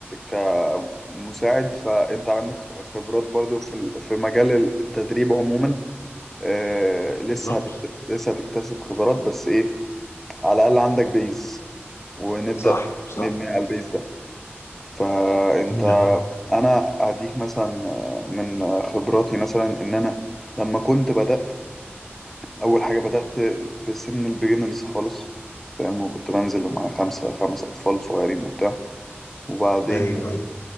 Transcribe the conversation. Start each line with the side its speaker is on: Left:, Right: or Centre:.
Centre: آه، كمساعد فانت عندك خبرات برضو في ال- في مجال التدريب عموما آه، لسه
Left: بالظبط
Centre: هتكت- لسه هتكتسب خبرات بس ايه على الأقل عندك بيز ونبدأ
Left: صح صح
Centre: نبني على البيز ده فانت
Left: جميل
Centre: انا اديك مثلا آه، من خبراتي مثلا ان انا لما كنت بدأت أول حاجة بدأت بسن البيجنرز خالص فاهم وكنت بنزل ومعايا خمسة خمس أطفال صغيرين وبتاع وبعدين
Left: ايوه أيوة.